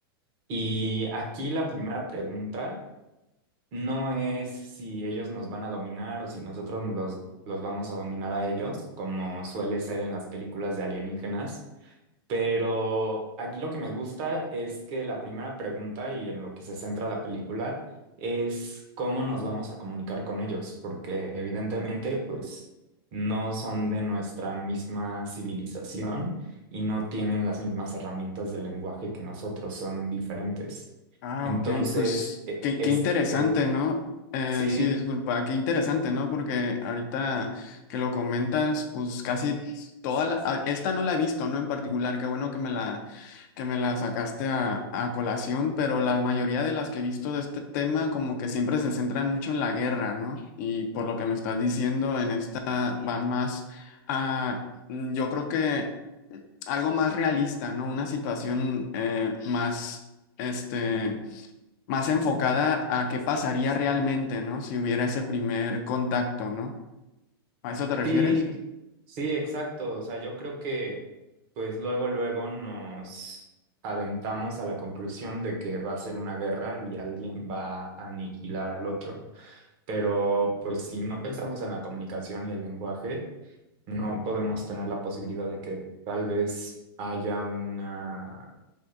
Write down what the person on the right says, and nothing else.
Y aquí la primera pregunta no es si ellos nos van a dominar o si nosotros los, los vamos a dominar a ellos, como suele ser en las películas de alienígenas. Pero aquí lo que me gusta es que la primera pregunta y en lo que se centra la película es cómo nos vamos a comunicar con ellos, porque evidentemente pues no son de nuestra misma civilización y no tienen las mismas herramientas de lenguaje que nosotros, son diferentes.
Entonces,
e-
este
Sí,
sí, sí, exacto. O sea, yo creo que pues luego, luego nos aventamos a la conclusión de que va a ser una guerra y alguien va a aniquilar al otro. Pero pues si no pensamos en la comunicación y el lenguaje, no podemos tener la posibilidad de que tal vez haya una